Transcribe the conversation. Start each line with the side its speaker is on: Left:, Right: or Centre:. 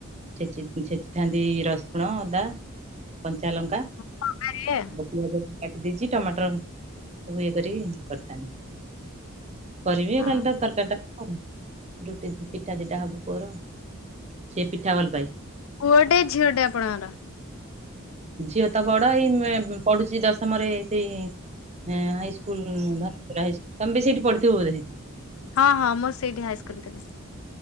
Right: ଛେଚି ଛେଚି ଥାନ୍ତି ରସୁଣ ଅଦା କଞ୍ଚାଲଙ୍କା।
Left: ତରକାରୀ
Right: ଅଔ ପିଆଜ କାଟି ଦେଇଛି ଟମାଟର ସବୁ ଇଏ କରିକି କରିଥାନ୍ତି। କରିବି
Left: ହଁ
Right: ଆଉ ଖାଲି ତ ତରକାରୀ ଟା ହ ରୁଟି ପିଠା ଦିଟା ହବ ପୁଅ ର ସେ ପିଠା ଭଲ ପାଏ।
Left: ପୁଅଟେ ଝିଅଟେ ଆପଣଙ୍କର?
Right: ଝିଅ ତ ବଡ ଏଇ ଏ ପଢୁଛି ଦଶମରେ ସେଇ ହଁ ହାଇସ୍କୁଲ୍ <inaudible> ପୁର ହାଇସ୍ ତୋମେ ବି ସେଇଠି ପଢିଥିବ ବୋଧେ ସେଇ
Left: ହଁ ହଁ ମୋର ସେଇଠି ହାଇସ୍କୁଲ୍ ବି ଥିଲା।